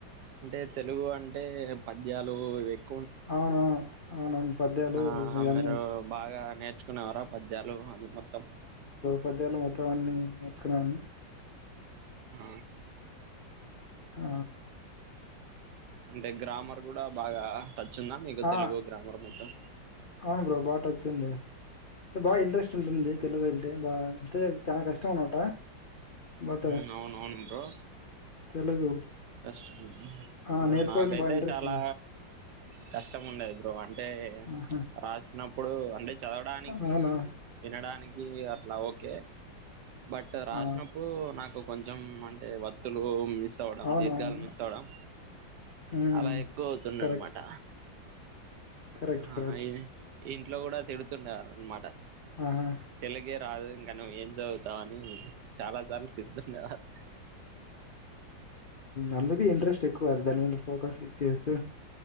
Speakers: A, on the right; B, on the left.
A: అంటే తెలుగు అంటే పద్యాలు ఇక్
B: అవునవును అవునవును పద్యాలు
A: ఆ
B: ఇవన్నీ
A: మీరు బాగా నేర్చుకునేవారా ప ద్యాలు అది మొత్తం
B: పధ్యాలు మొత్తం అవి అన్ని నేర్చుకున్నాను
A: ఆ
B: ఆ
A: అంటే గ్రామ మర్ కూడా బాగా టచ్ ఉందా మీకు
B: ఆ
A: తెలుగు గ్రామర్ మొత్తం
B: అవును బ్రో బాగా టచ్ ఉంది అంటే బాగా ఇంట్రెస్ట్ ఉంటుంది తెలుగు అంటే బాగా అంటే చాలా కష్టం అనమాట బట్
A: ఉమ్ అవును అవును బ్రో
B: తెలుగు
A: కష్టమ
B: ఆ
A: బ్రో
B: నేర్చుకోవడానికి
A: నాకైతే
B: బాగా ఇంట్రెస్ట్
A: చాలా
B: ఉండ
A: కష్టం ఉండేది బ్రో అంటే
B: ఆహా
A: రాసినప్పుడు ఇప్పుడు అంటే చదవడానికి
B: అవునా
A: వినడానికి అట్లా ఓకే బట్ రాసినప్పుడు
B: ఆ
A: నాకు కొంచెం అంటే వత్తులు మిస్ అవడం
B: అవునవును
A: దీర్ఘాల మిస్ అవడం
B: ఉమ్
A: అలా ఎక్కువ అవుతుంది
B: కరెక్ట్
A: అనమాట
B: కరెక్ట్ కరెక్ట్
A: ఆ ఐ ఇంట్లో కూడా తిడుతుండేవారు అనమాట
B: ఆహా
A: తెలుగే రాదు ఇంక నువ్వేం చదువుతావని చాలా సార్లు తిరుతుండేవారు
B: అందుకే ఇంట్రెస్ట్ ఎక్కువ అది దాని మీద ఫోకస్క్ చేస్తే